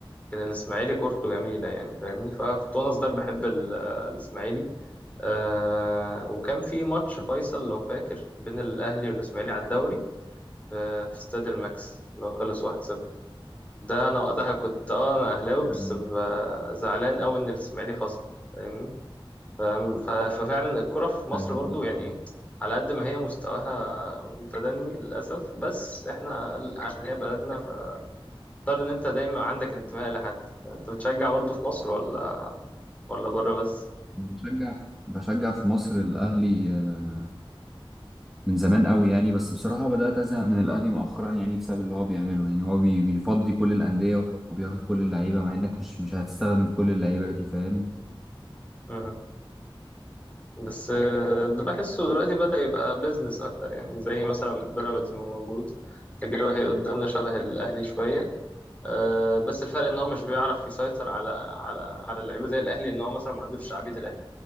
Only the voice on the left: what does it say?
كان الاسماعيلي كورته جميله يعني فاهمني فكنت وانا صغير بحب ال- آه، الاسماعيلي آه وكان في ماتش فيصل لو فاكر بين الاهلي والاسماعيلي على الدوري آه في استاد الماكس لو خلص 1-0 ده انا وقتها كنت اه انا اهلاوي بس
ب- زعلان قوي ان الاسماعيلي خسر فاهمني فاهم؟ ف- ففعلا الكرة في مصر
برضو يعني
ايه على قد ما هي مستواها متدني للأسف بس احنا عشان هي بلدنا فاضطر ان انت دايما عندك انتماء لحد انت بتشجع برضو في مصر ولا ولا بره بس
مم. بس آه، ده بحسه دلوقتي بدأ يبقى بيزنس اكتر يعني زي مثلا بيراميدز ما موجود تجربة هي قدامنا شبه الأهلي شوية أه بس الفرق إن هو مش بيعرف يسيطر على على على اللعيبة زي الأهلي إن هو مثلا ما عندوش شعبية الأهلي